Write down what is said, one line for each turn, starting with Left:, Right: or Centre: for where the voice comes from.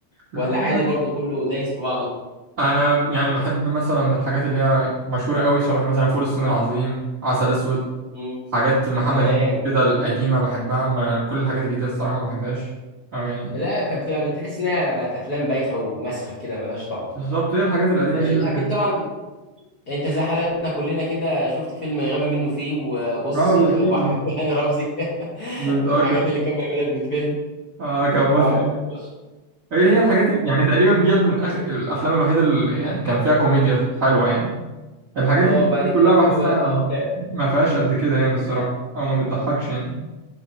Right: لا
Left: ولا
Right: في
Left: عادي
Right: حاجات
Left: برضو كله دايس في بعضه
Right: انا يعني بحب مثلا الحاجات اللي هي مشهوره قوي شبه مثلا فول الصين العظيم عسل اسود
Left: مم.
Right: حاجات محمد
Left: تمام
Right: هنيدي كده القديمه بحبها اما كل الحاجات الجديده الصراحه ما بحبهاش او يعني
Left: لا كانت بتبقى بتحس انها بقت افلام بايخه ومسخه كده ملهاش طعم
Right: بالظبط هي الحاجات القديمه
Left: يعني
Right: دي
Left: شوف
Right: هي اللي
Left: اكيد
Right: كانت
Left: طبعا انت زي حالاتنا كلنا كده شفت فيلم غبي منه فيه وبص
Right: اه
Left: آه،
Right: اكيد
Left: واحمد
Right: اه
Left: <laughs> وهاني رمزي <laughs>
Right: بالظبط
Left: والحاجات
Right: كده
Left: اللي كان بيعملها في الفيلم
Right: اه كان مضحك
Left: وعمك تخش
Right: هي هي الحاجات اللي يعني تقريبا ديت من اخر الافلام الوحيده اللي يعني كان فيها كوميديا حلوه يعني الحاجات
Left: اه
Right: دي
Left: وبعد كده
Right: كلها بحسها
Left: كله بقى- اه فعلا
Right: ما فيهاش قد كده يعني الصراحه او ما بتضحكش يعني